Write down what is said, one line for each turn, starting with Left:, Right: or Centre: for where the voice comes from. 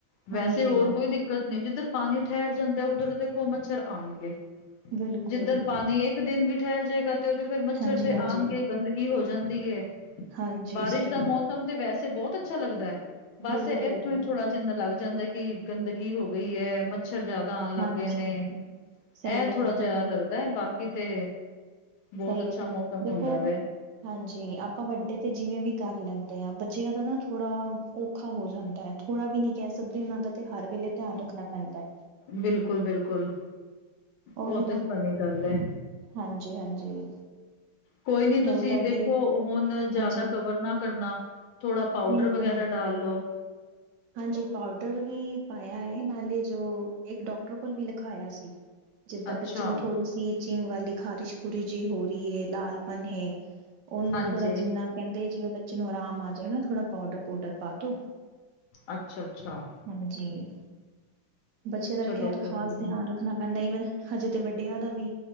Left: ਵੈਸੇ
Right: ਹਾਂਜੀ
Left: ਹੋਰ ਕੋਈ ਦਿੱਕਤ ਦਿੱਕਤ ਨਹੀਂ, ਜਿੱਧਰ ਪਾਣੀ ਠਹਿਰ ਜਾਂਦਾ, ਉੱਧਰ ਦੇਖੋ ਮੱਛਰ ਆਉਣਗੇ
Right: ਬਿਲਕੁਲ
Left: ਜਿੱਧਰ ਪਾਣੀ ਇੱਕ ਦਿਨ ਵੀ ਠਹਿਰ ਜਾਏਗਾ ਤੇ ਓਤੇ ਫੇਰ ਮੱਛਰ
Right: ਹਾਂਜੀ-ਹਾਂਜੀ,
Left: ਤੇ ਆਣਗੇ
Right: ਹਾਂਜੀ
Left: ਗੰਦਗੀ ਹੋ ਜਾਂਦੀ ਹੈ।
Right: ਹਾਂਜੀ
Left: ਬਾਰਿਸ਼
Right: ਸਹੀ
Left: ਦਾ ਮੌਸਮ
Right: ਏ।
Left: ਤੇ ਵੈਸੇ ਬਹੁਤ ਅੱਛਾ ਲੱਗਦਾ ਹੈ। ਬਸ,
Right: ਬਿਲਕੁਲ-ਬਿਲਕੁਲ,
Left: ਇੱਥੋਂ ਥੋੜਾ ਜਿੰਨਾ ਲੱਗ ਜਾਂਦਾ ਕਿ ਗੰਦਗੀ ਹੋ ਗਈ ਹੈ। ਮੱਛਰ ਜਦਾ ਤਾਂ ਲੱਗੇ
Right: ਹਾਂਜੀ
Left: ਨੇ ਗਏ ਨੇ
Right: ਸਹੀ
Left: ਐ
Right: ਗੱਲ
Left: ਥੋੜਾ ਜਿਹਾ ਲੱਗਦਾ <unintelligible> ਬਾਕੀ ਤੇ ਬੋਤ
Right: ਸਹੀ
Left: ਅੱਛਾ
Right: ਐ।
Left: ਮੌਸਮ
Right: ਦੇਖੋ
Left: ਹੁੰਦਾ ਵੈ
Right: ਹਾਂਜੀ। ਆਪਾਂ ਵੱਡੇ ਤੇ ਜਿਵੇਂ ਵੀ ਕਰ ਲੈਂਦੇ ਹਾਂ ਬੱਚਿਆਂ ਦਾ ਨਾ ਥੋੜਾ ਓ ਔਖਾ ਹੋ ਜਾਂਦਾ ਹੈ। ਥੋੜਾ ਵੀ ਨੀ ਕਹਿ ਸਕਦੇ ਉਨਾਂ ਦਾ ਤੇ ਹਰ ਵੇਲੇ ਧਿਆਨ ਰੱਖਣਾ ਪੈਂਦਾ।
Left: ਬਿਲਕੁਲ, ਬਿਲਕੁਲ।
Right: ਉਹੀ
Left: ਓ
Right: ਨਾ,
Left: ਤਾਂ ਬਣੀ ਗੱਲ ਹੈ।
Right: ਹਾਂਜੀ-ਹਾਂਜੀ।
Left: ਕੋਈ ਨੀ ਤੁਸੀਂ
Right: ਹੋਰ ਤੁਹਾਡੇ,
Left: ਦੇਖੋ ਹੁਨ ਜ਼ਿਆਦਾ
Right: ਹਾਂਜੀ,
Left: ਕਵਰ ਨਾ ਕਰਨਾ ਥੋੜਾ ਪਾਊਡਰ
Right: ਨਹੀਂ-ਨਹੀਂ
Left: ਵਗੈਰਾ ਡਾਲ ਲੋ
Right: ਹਾਂਜੀ, ਪਾਊਡਰ ਵੀ ਪਾਇਆ ਹੈ। ਨਾਲੇ ਜੋ ਇੱਕ ਡਾਕਟਰ ਕੋਲ ਵੀ ਲਿਖਾਇਆ ਸੀ। ਜਿੱਦਾਂ
Left: ਅੱਛਾ
Right: ਬੱਚੇ ਨੂੰ ਥੋੜੀ ਚਿੰਗ ਵਾਲੀ ਖ਼ਾਰਿਸ਼ ਖੂਰਸ਼ ਜਿ ਹੋ ਰ‌ਈ ਏ, ਲਾਲਪਨ ਹੈ। ਓਨੂੰ
Left: ਹਾਂਜੀ।
Right: ਥੋੜਾ ਜਿੰਨਾ ਕਹਿੰਦੇ ਜਿਵੇਂ- ਬੱਚੇ ਨੂੰ ਆਰਾਮ ਆ ਜਾਏ ਨਾ ਥੋੜਾ ਪਾਊਡਰ- ਪੂਡਰ ਪਾ ਦੋ
Left: ਅੱਛਾ-ਅੱਛਾ।
Right: ਹਾਂਜੀ ਬੱਚਿਆਂ
Left: ਚਲੋ
Right: ਦਾ ਖੈਰ
Left: ਕੋਈ
Right: ਖਾਸ
Left: ਨੀ
Right: ਧਿਆਨ ਰੱਖ ਰੱਖਣਾ ਪੈਂਦਾ ਈਵਨ ਹਜੇ ਤੇ ਵੱਡਿਆਂ ਦਾ ਵੀ